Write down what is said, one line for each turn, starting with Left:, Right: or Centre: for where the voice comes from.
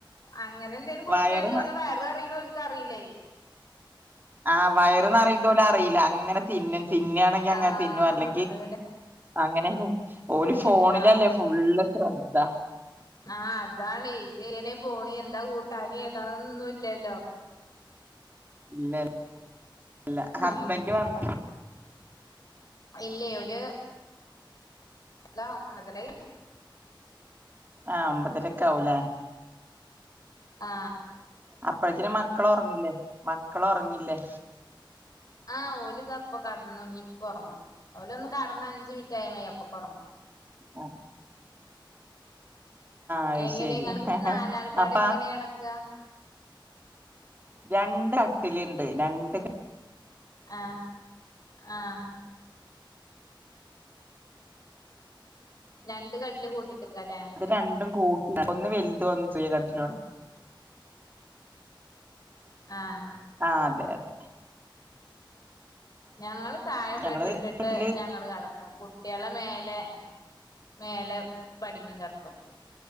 Left: അങ്ങനെ എന്തേലും കൊടുക്കുകയാണെങ്കിൽ
Right: വയറ്
Left: ഓലെ വയറ് നിറയുന്നെ ഓൽക്ക് അറിയില്ലേ
Right: ആഹാ വയറ് നിറയുന്ന പോലും- അറിയില്ല അങ്ങനെ തിന്നും, തിന്നയാണെങ്കി അങ്ങനെ
Left: ആഹ്
Right: തിന്നും. അല്ലെങ്കിൽ
Left: അങ്ങനെ തന്നെ
Right: അങ്ങനെയാണ് ഓല്
Left: പിന്നെ
Right: ഫോണിലല്ലേ
Left: ആഹ്
Right: ഫുള്ള് ശ്രദ്ധ
Left: ആഹാ അതാണേ ഇതെങ്ങനെ- പോണെ എന്താ കൂട്ടാന്, ഏതാന്നൊന്നും ഇല്ലല്ലോ!
Right: ഇല്ലല്ല ഹസ്ബൻഡ്
Left: ഉം
Right: വന്നോ?
Left: ഇല്ലേ ഓല് <unintelligible>
Right: ആ ഒമ്പതരയൊക്കെ ആവുല്ലേ
Left: ആ
Right: അപ്പഴക്കിനും മക്കള് ഉറങ്ങില്ലേ? മക്കള് ഉറങ്ങില്ലേ?
Left: ആ ഓലിത് അപ്പൊ കിടന്നൊങ്ങി ഇപ്പ ഒറങ്ങും ഓല് ഒന്ന് കെടന്ന് അഞ്ചുമിനിറ്റായ മയി അപ്പൊക്കൊറങ്ങും
Right: ആഹാ.. ! അത്
Left: എങ്ങനെ
Right: ശരി
Left: നിങ്ങള് ഇങ്ങട്, നാലാളുമ്പാട്
Right: അപ്പൊ
Left: എങ്ങനെയാ
Right: ആ
Left: കിടക്കുക?
Right: രണ്ട് അട്ടിലുണ്ട് രണ്ട് ക
Left: ആഹാ ആഹാ... ! രണ്ട് കട്ടില് കൂട്ടിട്ട്ക്ക്ക്കാലെ.
Right: അത് രണ്ടും കൂട്ടണ്ട ഒന്നുവലുതും ഒന്നു ചെറിയ കട്ടിലുമാണ്
Left: ആ
Right: ആഹാ അതെ അതെ.. !
Left: ഞങ്ങള് താഴെ
Right: ഞങ്ങള്
Left: ബെഡ്ഇട്ടിട്ട്
Right: വീട്ടില്
Left: ഞങ്ങള് കിടക്കും കുട് കുട്ടികളേ മേലെ മേലെ പടിമിക്കെടത്തും